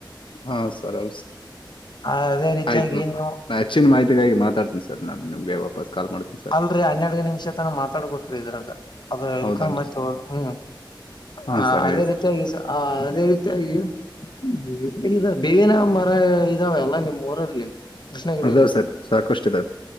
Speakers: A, on the left (about 80°); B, on the left (about 60°).
A: ಹಾ ಸರ್ ಹೌ ಸ
B: ಅದೇ ರೀತಿಯಾಗಿ
A: ಆಯ್ತು
B: ನೀವು
A: ನಾ ಹೆಚ್ಚಿನ ಮಾಹಿತಿಗಾಗಿ ಮಾತಾಡ್ತೀನಿ ಸರ್ ನಾನ್ ನಿಮ್ಗೆ ವಾಪಾಸ್ ಕಾಲ್ ಮಾಡ್ತೀನಿ ಸರ್
B: ಲ್ರಿ ಹನ್ನೆರಡ್ಗ ನಿಮಿಷ ತನ ಮಾತಾಡ್ಬೇಕ್ರೀ ಇದ್ರಂಗ ಅದ ಎಲ್ಕೊಂಡ
A: ಹೌದನ್ರಿ
B: ಮತ್ ಹ ಹ್ಮ
A: ಹಾ
B: ಹ
A: ಸರ್
B: ಅದೇ
A: ಹೇಳಿ ಸರ್
B: ರೀತಿಯಾಗಿ ಅದೇ ರೀತಿಯಾಗಿ ಹ್ಮ ಇದ ಬೇವಿನ ಮರ ಇದಾವೆಲ್ಲ ನಿಮ್ ಊರಲ್ಲಿ ಕೃಷ್ಣಗಿರಿಯಲ್ಲಿ
A: ಅದಾವೆ ಸರ್ ಸಾಕಷ್ಟು ಇದಾವೆ